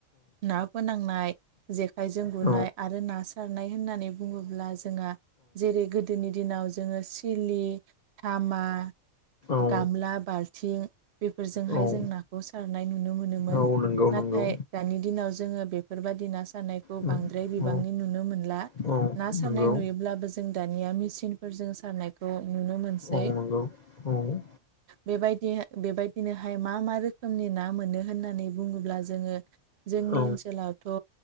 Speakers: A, on the right; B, on the left.
A: ना फोनांनाय जेखाइजों गुरनाय
B: औ
A: आरो ना सारनाय होननानै बुङोब्ला जोंहा जेरै गोदोनि दिनाव जोङो सिलि थामा
B: औ
A: गामला, बाल्थिं बेफोरजोंहाय
B: औ
A: जों नाखौ सारनाय नुनो मोनोमोन।
B: औ नंगौ
A: नाथाय
B: नंगौ।
A: दानि दिनाव जोङो बेफोरबायदि ना सारनायखौ
B: औ
A: बांद्राय बिबांनि
B: औ
A: नुनो मोनला।
B: औ
A: ना सारनाय
B: नंगौ
A: नुयोब्लाबो जों दानिया मेचिनफोरजों सारनायखौ नुनो मोनसै।
B: औ नंगौ औ
A: बेबायदि हो बेबायदिनोहाय मा मा रोखोमनि ना मोनो होननानै बुङोब्ला जोङो जोंनि
B: औ
A: ओनसोलाव थ'